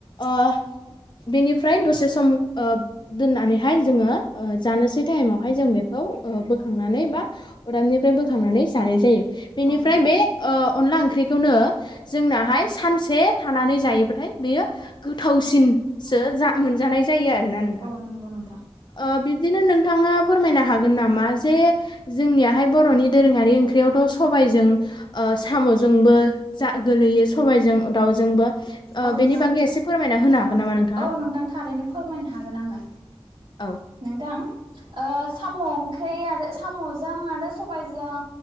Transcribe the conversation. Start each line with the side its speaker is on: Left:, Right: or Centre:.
Left: ओ बेनिफ्राय दसे सम ओ दोननानै हाय जोङो ओ जानोसै टाइमावहाय जों बेखौ ओ बोखांनानै बा अदाबनिफ्राय बोखांनानै जानाय जायो बेनिफ्राय
Right: औ नोंथां
Left: बे ओ अनला ओंख्रिखौनो जोंनाहाय सानसे थानानै जायोबाथाय बेयो गोथावसिनसो जा मोनजानाय जायो आरोना नों
Right: अ नंगौ नोंथां।
Left: ओ बिब्दिनो नोंथाङा फोरमायनो हागोन नामा जे जोंनियाहाय बर'नि दोरोङारि ओंख्रियावथ' सबबायजों ओ साम'जोंबो जा गोलैयो सबायाइजों दाउजोंबो ओ
Right: औ नोंथां
Left: बेनि बागै एसे फोरमायना होनो हागोन नामा नों
Right: औ नोंथां थारैनो फोरमायनो हागोन आङो
Left: औ
Right: नोंथां ओ साम' ओंख्रि आरो साम'जों आरो सबायजों